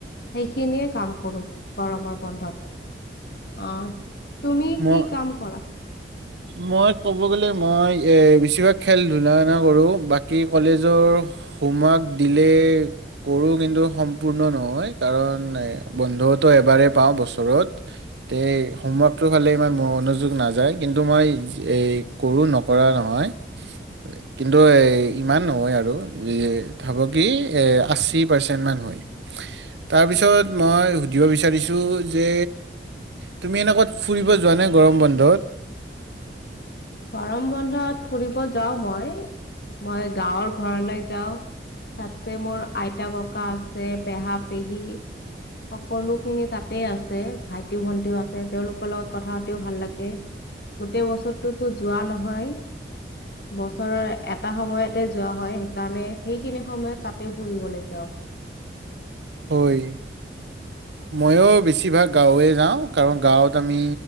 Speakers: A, on the left; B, on the right.
A: সেইখিনিয়ে কাম কৰো গৰমৰ বন্ধত অ তুমি
B: মই
A: কি কাম কৰা
B: মই ক'ব গলে মই এ বেছিভাগ খেল ধুলা কৰো বাকী কলেজৰ হোমৱৰ্ক দিলে কৰো কিন্তু সম্পূৰ্ণ নহয় কাৰণ বন্ধতো এবাৰেেই পাওঁ বছৰত তে হোমৱৰ্কটো ফালে ইমান মনোযোগ নাযায় কিন্তু মই এই কৰোঁ নকৰা নহয় কিন্তু ইমান নহয় আৰু ভাব কি আশী পাৰ্চেণ্টমান হয় তাৰপিছত মই সুধিব বিচাৰিছোঁ যে তুমি এনেক ক'ত ফুৰিব যোৱা নাই গৰম বন্ধত
A: গৰম বন্ধত ফুৰিব যাও মই মই গাঁৱৰ ঘৰলৈ যাওঁ তাতে মোৰ আইতা ককা আছে পেহা পেহী সকলোখিনি তাতে আছে ভাইটি ভন্টিও আছে তেওঁলোকৰ লগত কথা পাতিও ভাল লাগে গোটেই বছৰত কিন্তু যোৱা নহয় বছৰৰ এটা সময়তে যোৱা হয় সেইকাৰণে সেইখিনি সময়ত তাতে ফুৰিবলৈ যাও
B: হয় ময়ো বেছিভাগ গাঁৱলে যাও কাৰণ গাঁৱত আমি